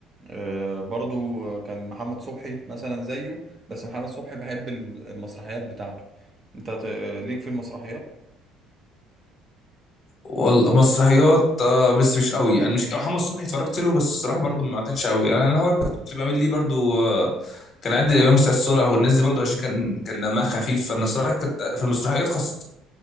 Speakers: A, on the right; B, on the left.
A: آه برضو آه، كان محمد صبحي مثلا زيه بس محمد صبحي بحب الم- المسرحيات بتاعته انت ت- آه، ليك في المسرحيات
B: والله مسرحيات آه بس مش قوي يعني مش محمد صبحي اتفرجت له بس الصراحه برضو ما كانش قوي انا انا هو كنت بعمل ليه برضو آه كان عادل امام وسعاد صالح والناس دي برضو عشان كان كان دمها خفيف فانا الصراحه كنت في المسرحيات خاصه